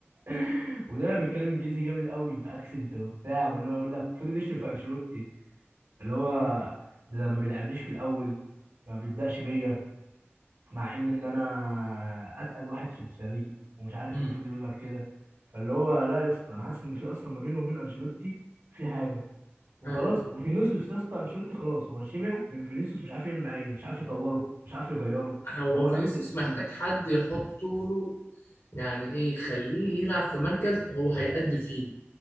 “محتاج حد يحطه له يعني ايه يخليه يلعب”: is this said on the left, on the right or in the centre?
Left